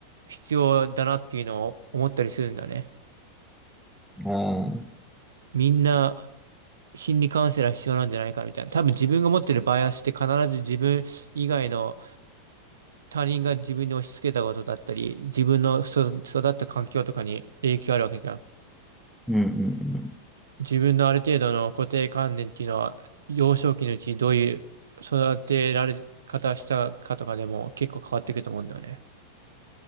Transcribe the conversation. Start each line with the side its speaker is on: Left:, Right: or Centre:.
Right: 必要だなっていうのを思ったりするんだね。
Centre: うん。ああ、
Right: みんな心理カウンセラー必要なんじゃないかみたいな。多分自分が持ってるバイアスって必ず自分以外の他人が自分に押し付けたことだったり、自分のそ育った環境とかに影響あるわけじゃん。
Centre: うん、うん、うん。
Right: 自分のある程度の固定観念っていうのは、幼少期のうちどういう育てられ方したかとかでも結構変わってくると思うんだよね。